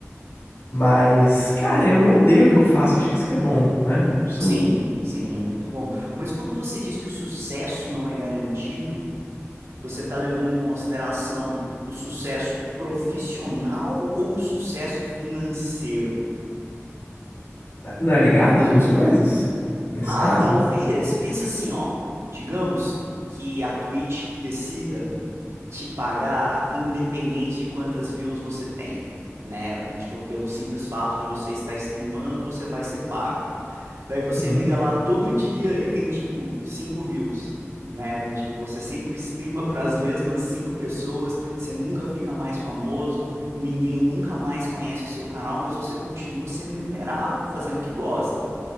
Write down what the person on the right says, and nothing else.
sim, sim, é muito bom. Mas quando você diz que o sucesso não é garantido, você está levando em consideração o sucesso profissional ou o sucesso financeiro?
Ah,
talvez, pensa assim, ó, digamos que a Twitch decida te pagar independente de quantas views você tem, né? Tipo, pelo simples fato de você estar streamando, você vai ser pago. Daí você
liga lá todo dia e tem tipo cinco views, né? Do tipo, você sempre streama <laughs> para as mesmas cinco pessoas, você nunca fica mais famoso, ninguém nunca mais conhece o seu canal, mas você continua sendo remunerado, fazendo o que gosta.